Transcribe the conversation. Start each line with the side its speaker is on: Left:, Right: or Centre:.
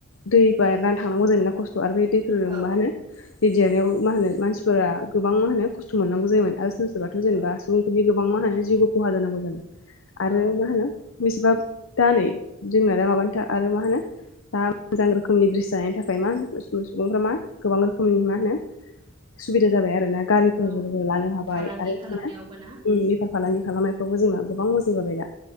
Left: दै बारनानै थांनांगौ जायोमोन ना खस आरो बे दैफोरजों
Right: औ
Left: मा होनो दै देरनायाव मा होनो मानसिफोरा गोबां मा होनो खस्थ' मोननांगौ जायोमोन आरो सोरबा सोरबाथ' जेनेबा
Right: औ
Left: सुबुंफोरनि गोबां मा होनो जिउबो खहा जानांगौ जादों आरो
Right: औ
Left: मा होनो बेसेबां दा नै जोंना दा माबानो था आरो मा होनो दा मोजां रोखोमनि ब्रिज जानायनि थाखाय मा सुबुं सुबुंफ्रा मा गोबां रोखोमनि मा होनो सुबिदा जाबाय आरो ना गारिफोरबो
Right: औ
Left: लानो हाबाय।
Right: फालांगि
Left: आरो
Right: खालामनायावबो
Left: मा
Right: ना?
Left: होनो बेफार फालांगि खालामनायफ्रावबो जोंना गोबां मोजां जाबाय दा